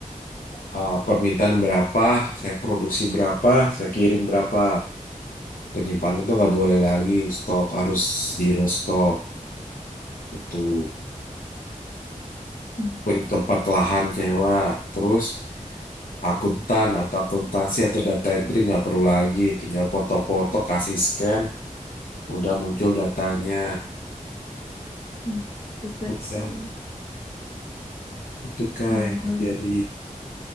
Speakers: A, on the left (about 85°); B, on the left (about 45°).
A: uh, permintaan berapa, saya produksi berapa, saya kirim berapa. Penyimpanan itu nggak boleh lagi, stok harus zero stok, itu.
B: Hmm,
A: punya tempat lahan sewa, terus akuntan atau akuntansi atau data entry nggak perlu lagi, tinggal foto-foto, kasih scan, udah muncul datanya.
B: hmm, juga
A: Udah,
B: sih.
A: itu kak
B: Memang.
A: yang terjadi